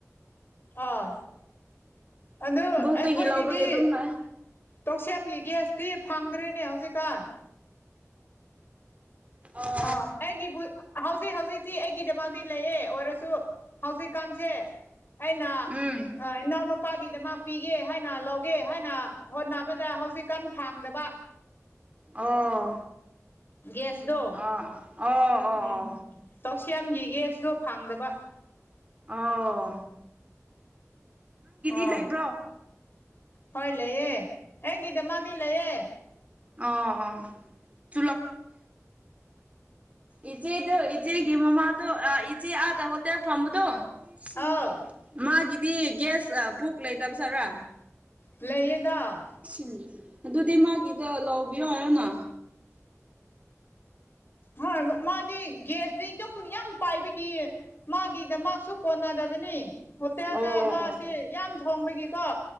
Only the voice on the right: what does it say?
ꯕꯣꯛꯇꯒꯤ
ꯂꯧꯕꯒꯤ ꯑꯗꯨꯝ ꯂꯥꯛꯑꯦ
ꯑꯧ
ꯎꯝ
ꯑꯣ
ꯑꯣ ꯑꯣ ꯑꯣ ꯑꯣ
ꯑꯧ
ꯂꯩꯕ꯭ꯔꯣ
ꯑꯣ ꯑꯣ <unintelligible> ꯏꯆꯦꯗꯨ ꯏꯆꯦꯒꯤ ꯃꯃꯥꯗꯣ ꯑꯥ ꯏꯆꯦ ꯑꯥꯗ ꯍꯣꯇꯦꯜ ꯐꯝꯕꯗꯣ <unintelligible>
ꯃꯥꯒꯤꯗꯤ ꯒꯦꯁ ꯑꯥ ꯕꯨꯛ ꯂꯩꯇꯕ ꯁꯥꯥꯔꯥ
<unintelligible> ꯑꯗꯨꯗꯤ ꯃꯥꯒꯤꯗꯣ ꯂꯧꯕꯤꯌꯣ ꯍꯥꯏꯌꯣꯅ
ꯑꯣ
ꯑꯣ